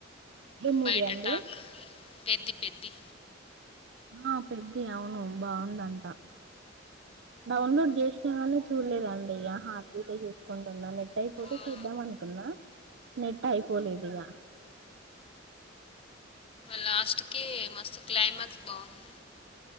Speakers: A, on the right; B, on the left.
A: ఏ మూవీ
B: బయట
A: అండి
B: టాక్ పెద్ది పెద్ది
A: ఆ పెద్ది అవును బాగుందంట డౌన్లోడ్ చేసినాగానీ చూడలేదండి ఇక హ <unintelligible> చూసుకుంటున్న నెట్ నెట్ అయిపోతే
B: ఆ! ఓ
A: చూద్దాం అనుకున్నా నెట్ అయిపోలేదు ఇగ
B: లాస్ట్ కి మస్తు క్లైమాక్స్ బాగుంది